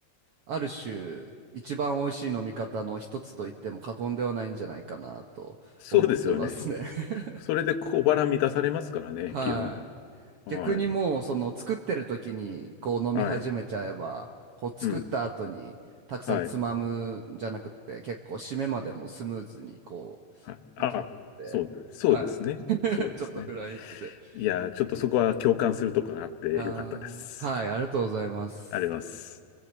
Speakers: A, on the right; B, on the left.
A: ある種、一番美味しい飲み方の一つと言っても過言ではないんじゃないかなと思ってますね。
B: そうですよね。
A: <laughs>
B: それで小腹満たされますからね、
A: はい。
B: 基本。はい。
A: 逆にもうその作ってる時にこう飲み始めちゃえばこう作った後にたくさんつまむんじゃなくって結構締めまでもスムーズにこ
B: はい。うん。はい。はい。あ、
A: ういけるんで、
B: そう、そうですね。
A: はい。<laughs>
B: そうですね。
A: ちょっとフライングでいきます。
B: いやー、ちょっとそこは共感するとこがあってよかったです。
A: いやー、はい、ありがとうございます。
B: あります。